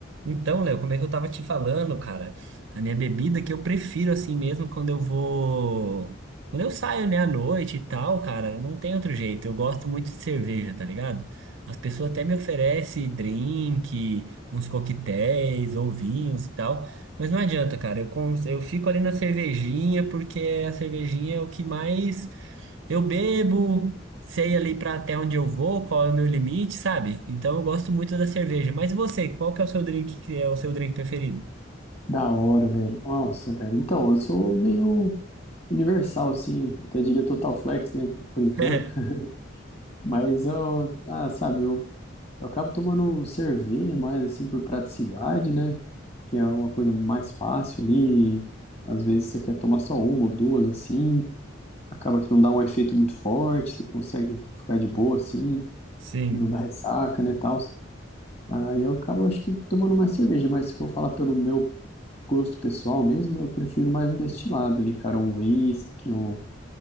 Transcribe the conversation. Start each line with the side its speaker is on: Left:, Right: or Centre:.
Right: Então, Léo, como é que eu tava te falando, cara? A minha bebida que eu prefiro assim mesmo quando eu vou. Quando eu saio, né, à noite e tal, cara, não tem outro jeito. Eu gosto muito de cerveja, tá ligado? As pessoas até me oferecem drink, uns coquetéis ou vinhos e tal, mas não adianta, cara. Eu, cons- eu fico ali na cervejinha porque é a cervejinha é o que mais eu bebo, sei ali pra até onde eu vou, qual é o meu limite, sabe? Então eu gosto muito da cerveja. Mas e você, qual que é o seu drink que é o seu drink preferido?
Left: Da hora, velho. Nossa, velho. Então, eu sou meio universal, assim, até diria total flex, né? Brincando.
Right: <laughs>
Left: <laughs> Mas eu, ah, sabe, eu, eu acabo tomando cerveja mais, assim, por praticidade, né? Que é uma coisa mais fácil ali. Às vezes você quer tomar só uma ou duas, assim. Acaba que não dá um efeito muito forte, você consegue ficar de boa, assim.
Right: Sim,
Left: Não dá ressaca, né, tal. Aí eu acabo, acho que, tomando mais cerveja. Mas se for falar pelo meu gosto pessoal mesmo, eu prefiro mais um destilado ali, cara, um whisky, um,